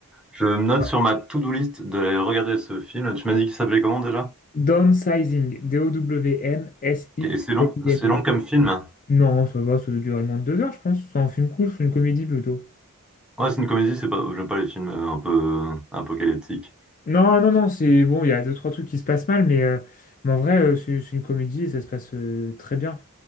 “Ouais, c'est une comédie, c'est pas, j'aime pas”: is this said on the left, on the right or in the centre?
Centre